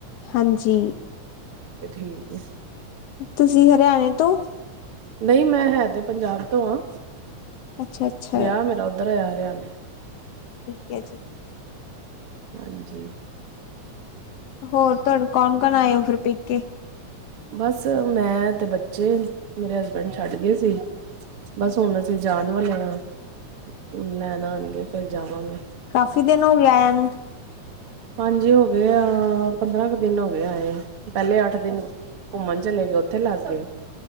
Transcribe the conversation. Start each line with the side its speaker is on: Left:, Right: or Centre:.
Left: ਹਾਂਜੀ
Right: ਠੀਕ ਹੈ
Left: ਤੁਸੀਂ ਹਰਿਆਣੇ ਤੋਂ
Right: ਨਹੀਂ ਮੈਂ ਹੈ ਤੇ ਪੰਜਾਬ ਤੋਂ ਆ
Left: ਅੱਛਾ ਅੱਛਾ
Right: ਵਿਆਹ ਮੇਰਾ ਉੱਧਰ ਹੋਇਆ ਹਰਿਆਣੇ।
Left: ਠੀਕ ਹੈ ਜੀ।
Right: ਹਾਂਜੀ।
Left: ਹੋਰ ਤੁ ਕੌਣ -ਕੌਣ ਆਏ ਹੋ ਫਿਰ ਪੇਕੇ
Right: ਬਸ ਮੈਂ ਤੇ ਬੱਚੇ ਮੇਰੇ ਹਸਬੈਂਡ ਛੱਡ ਗਏ ਸੀ। ਬਸ ਹੁਣ ਅਸੀਂ ਜਾਣ ਵਾਲੇ ਆ, ਹਣ ਲੈਣ ਆਉਣਗੇ ਫੇਰ ਜਾਵਾਂਗੇ।
Left: ਕਾਫੀ ਦਿਨ ਹੋ ਗਏ ਆਇਆ ਨੂੰ
Right: ਹਾਂਜੀ ਹੋ ਗਏ ਆ ਪੰਦਰਾਂ ਕੁ ਦਿਨ ਹੋ ਗਿਆਏ ਇਹ ਪਹਿਲੇ ਅੱਠ ਦਿਨ ਘੁੰਮਣ ਚਲੇ ਗਏ ਉੱਥੇ ਲੱਗ ਗਏ